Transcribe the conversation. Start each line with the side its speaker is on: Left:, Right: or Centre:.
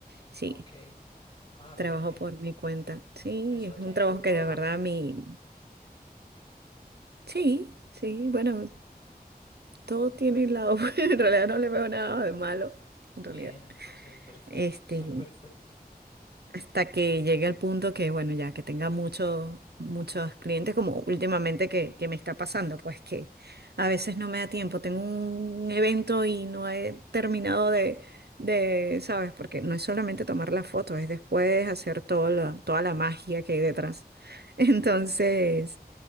Right: Sí,
Left: Ok, ah, bien,
Right: trabajo
Left: bien.
Right: por mi cuenta. Sí,
Left: Eso
Right: es
Left: tiene
Right: un trabajo
Left: su lado
Right: que de
Left: bueno.
Right: verdad mi... Sí, sí, bueno. Todo tiene el lado <laughs> bueno. En realidad no le veo nada de malo, en
Left: Bien,
Right: realidad.
Left: entonces, perfecto,
Right: Este,
Left: eso es perfecto.
Right: hasta que llegue al punto que, bueno, ya que tenga muchos, muchos clientes, como últimamente que, que me está pasando, pues que a veces no me da tiempo, tengo un evento y no he terminado de, de, ¿sabes? Porque no es solamente tomar la foto, es después hacer todo lo- toda la magia que hay detrás. <laughs> Entonces,